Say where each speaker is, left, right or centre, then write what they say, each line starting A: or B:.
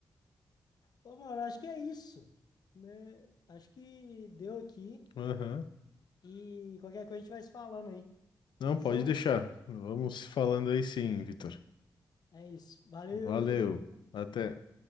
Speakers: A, on the left (about 60°); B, on the left (about 85°).
A: Ô, mano, acho que é isso, né? Acho que deu aqui.
B: Aham.
A: E qualquer coisa a gente vai se falando aí.
B: Não,
A: Show?
B: pode deixar. Vamos falando aí sim, Vitor.
A: É isso. Valeu,
B: Valeu.
A: Felipe.
B: Até.